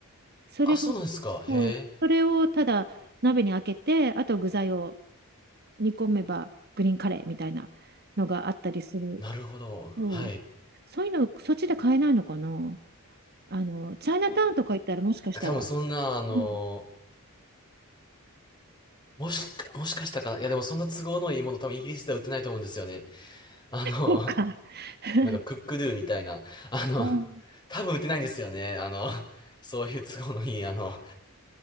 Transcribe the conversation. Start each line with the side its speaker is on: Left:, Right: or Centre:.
Right: それが、
Left: あ、そうなんですか。へえ、
Right: そうそれをただ鍋に開けて、あと具材を煮込めばグリーンカレーみたいなのがあったりする
Left: なるほど。はい。
Right: そう。そういうの、そっちで買えないのかなあの、チャイナタウンとか行ったらもしかしたら。
Left: 多分そんな、あの
Right: うん。
Left: もしか、もしかしたかな。いや、でもそんな都合のいいもの多分イギリスでは売ってないと思うんですよね。あの、
Right: そっか。
Left: <laughs>
Right: <laughs>
Left: なんかクックドゥみたいな。あの、
Right: うん。
Left: 多分売ってないんですよね。あの、そういう都合のいい、あの、うん